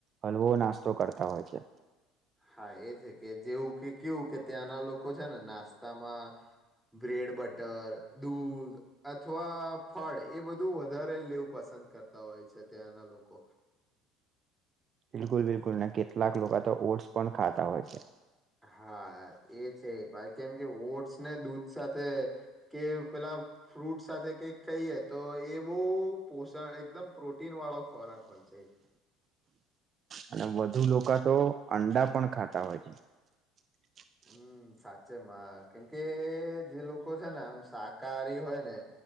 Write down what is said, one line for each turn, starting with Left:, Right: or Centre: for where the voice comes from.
Right: હલવો નાસ્તો કરતા હોય છે.
Centre: હા એ છે. કે જેવું કે કેવું કે ત્યાંના લોકો છે ને નાસ્તામાં બ્રેડ, બટર, દૂધ અથવા ફળ એ બધું વધારે લેવું પસંદ કરતા હોય છે, ત્યાંના લોકો.
Right: બિલકુલ, બિલકુલ, ને કેટલાક લોકો તો ઓટ્સ પણ ખાતા હોય છે.
Centre: હા એ છે. કેમ કે ઓટ્સ ને દૂધ સાથે કે પેલા ફ્રૂટ સાથે કઈક કહીએ, તો એ બહું પોષણ એકદમ પ્રોટીન વાળો ખોરાક હોય છે.
Right: અને વધુ લોકો તો અંડા પણ ખાતા હોય છે. <inaudible>
Centre: હમ્મ સાચેમાં કેમકે એ જે લોકો છે ને આમ શાકાહારી હોય ને